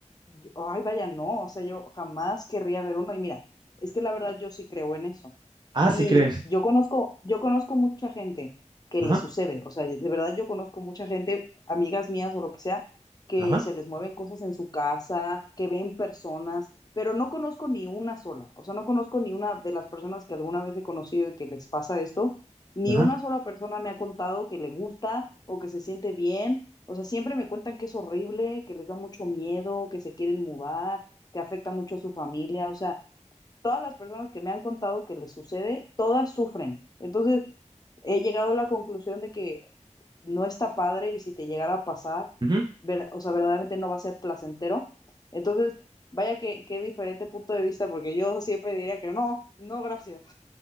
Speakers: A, on the left; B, on the right.
A: yo- ay, vaya, no, o sea, yo jamás querría ver uno. Y mira, es que la verdad yo sí creo en eso.
B: Ah,
A: Y
B: sí crees.
A: yo conozco, yo conozco mucha gente que
B: Ajá.
A: le sucede, o sea, de verdad yo conozco mucha gente, amigas mías o lo que sea, que
B: Ajá,
A: se les mueven cosas en su casa, que ven personas, pero no conozco ni una sola, o sea, no conozco ni una de las personas que alguna vez he conocido y que les pasa esto, ni
B: ajá.
A: una sola persona me ha contado que le gusta o que se siente bien. O sea, siempre me cuentan que es horrible, que les da mucho miedo, que se quieren mudar, que afecta mucho a su familia. O sea, todas las personas que me han contado que les sucede, todas sufren. Entonces, he llegado a la conclusión de que no está padre y si te llegara a pasar,
B: ujú.
A: ver- o sea, verdaderamente no va a ser placentero. Entonces, vaya que qué diferente punto de vista, porque yo siempre diría que no, no, gracias.